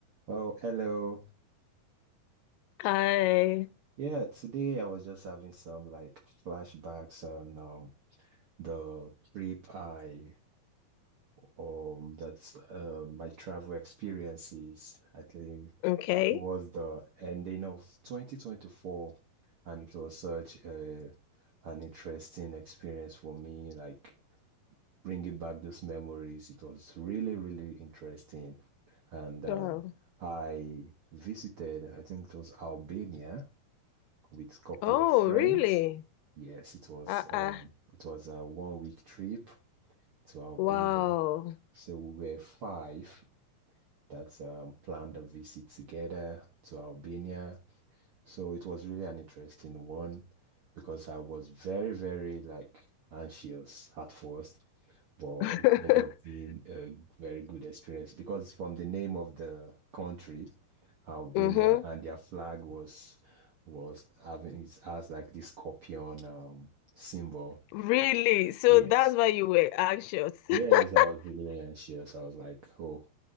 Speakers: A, on the right; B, on the left.
A: Oh, hello.
B: I
A: Yeah, today I was just having some like flashbacks on um the trip I um that's uh, my travel experiences. I think
B: okay.
A: it was the ending of 2024 and it was such a an interesting experience for me, like bringing back those memories. It was really, really interesting. And um
B: Wow.
A: I visited, I think it was Albania with a couple
B: Oh,
A: of friends.
B: really?
A: Yes, it was
B: Uh,
A: um
B: uh,
A: it was a one week trip to Albania.
B: wow.
A: So we were five that um, planned a visit together to Albania. So it was really an interesting one because I was very, very like anxious at first but
B: <laughs>
A: it ended up being a very good experience because from the name of the country, Albania,
B: Mm-hmm.
A: and their flag was was having it has like this scorpion um symbol.
B: Really? So
A: Yes.
B: that's why you were anxious. <laughs>
A: Yes, I was really anxious. I was like, oh,